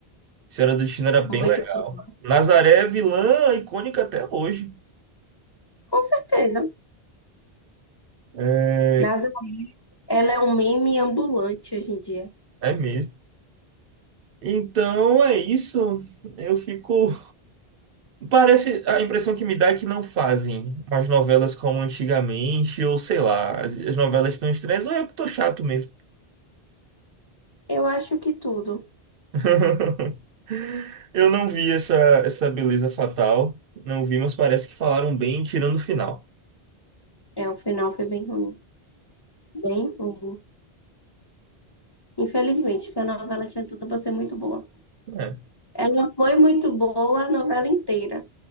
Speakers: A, on the right; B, on the left.
A: Senhora do Destino era bem
B: Muito
A: legal.
B: boa.
A: Nazaré é vilã icônica até hoje.
B: Com certeza.
A: É
B: Nasa, ela é um meme ambulante hoje em dia.
A: é mesmo. Então é isso. Eu fico. Parece. A impressão que me dá é que não fazem as novelas como antigamente, ou sei lá, as, as novelas estão estranhas, ou eu que tô chato mesmo.
B: Eu acho que tudo.
A: <laughs> Eu não vi essa, essa beleza fatal. Não vi, mas parece que falaram bem tirando o final.
B: É, o final foi bem ruim. Bem ruim. Infelizmente, porque a novela tinha tudo para ser muito boa.
A: É.
B: Ela foi muito boa a novela inteira.